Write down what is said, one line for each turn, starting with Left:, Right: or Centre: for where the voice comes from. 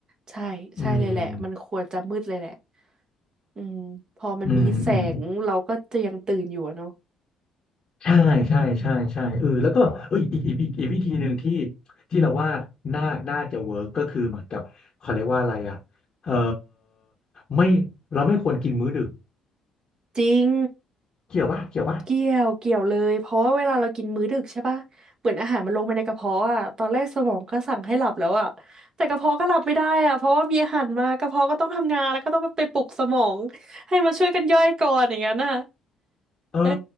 Right: ใช่ใช่เลยแหละมันควรจะมืดเลยแหละ
Left: อืม
Right: อืมพอมันมีแสงเราก็จะยังตื่นอยู่อะเนาะ
Left: อืมอืมใช่ใช่ใช่ใช่เออแล้วก็เอ้ยอีกอีกอีกอีกวิธีหนึ่งที่
Right: อืมใช่
Left: ที่เราว่าน่าน่าจะเวิร์กก็คือเหมือนกับเขาเรียกว่าอะไรอ่ะเออไม่เราไม่ควรกินมื้อดึก
Right: จริง
Left: เกี่ยวปะเกี่ยวปะ
Right: เกี่ยวเกี่ยวเลยเพราะว่าเวลาเรากินมื้อดึกใช่ปะเหมือนอาหารมันลงไปในกระเพาะอ่ะตอนแรกสมองก็สั่งให้หลับแล้วอ่ะแต่กระเพาะก็หลับไม่ได้อ่ะเพราะว่ามีอาหารมากระเพาะก็ต้องทำงานแล้วก็ต้องไปปลุกสมองให้มาช่วยกันย่อยก่อนอย่างนั้นน่ะ
Left: เออ
Right: เออ